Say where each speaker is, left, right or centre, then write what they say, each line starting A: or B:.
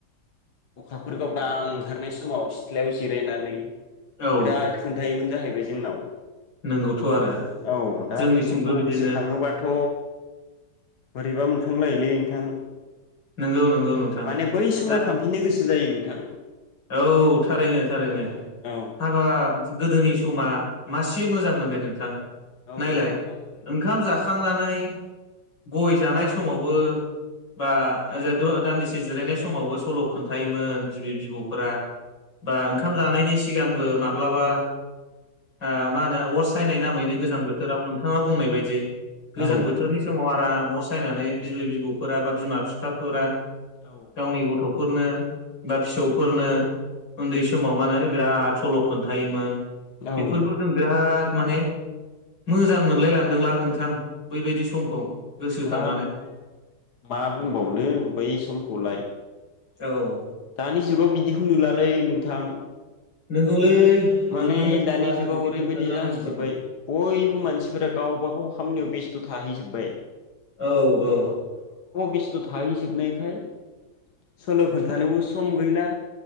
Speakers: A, on the left; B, on the left.
A: अखाफोर गावदां ओंखारनाय समाव सिथ्लायाव जिरायनानै
B: औ
A: बिराद खोन्थायोमोन जाहैब बे जोंनाव।
B: नंगौथ' आरो
A: औ
B: जोंनिथिंबो
A: दा बै समखौ
B: बिदिनो
A: गोसोखाङोबाथ' बोरैबा मोनखांलायोलै नोंथां।
B: नंगौ नंगौ नोंथां
A: माने बै समाव
B: दा
A: थांफिननो गोसो जायो नोंथां।
B: औ थारैनो थारैनो।
A: औ
B: हाबाब गोदोनि समा मासे मोजां मोनदो नोंथां।
A: औ
B: नायलाय
A: नोंथां औ
B: ओंखाम जाखांनानै गय जानाय समावबो बा <unintelligible> दान्दिसे जिरायनाय समावबो सल' खोन्थायोमोन बिबै बि फोरा बा ओंखाम जानायनि सि सिगांबो माब्लाबा ओ मा होनो अर सायनाय नामैनो गोजां बोथोराव नोंथाङा बुंनाय बायदि। गोजां
A: औ
B: बोथोरनि समाव आराम। न' सायनानै बिबै बिबौफोरा बा बिमा बिफाफोरा
A: औ
B: गावनि गथ' फोरनो बा फिसौ फोरनो उन्दै समाव मा होनो बिराद सल' खोन्थायोमोन। बेफोरखौ
A: औ
B: जों बिराद माने मोजां मोनलाय लांदोंलां नोंथां बैबायदि समखौ। गोसोखांनानै
A: हा नोंथां मा बुंबावनो। बै समखौलाय।
B: औ।
A: दानि जुगाव बिदिखौ नुलालै नोंथां।
B: नोंगौलै।
A: माने
B: मोननोनो थांला
A: दानि जुगाव
B: बिदि
A: ओरैबायदि
B: खोन्थाग्रा
A: जाहैजोबाय
B: मानसिफोरखौ
A: बयबो मानसिफोरा गावबा गाव खामानियाव बेस थ थाहैजोबाय।
B: औ औ।
A: बेस्थ' थाहैजोबनायखाय सल' खोन्थानोबो सम गैला।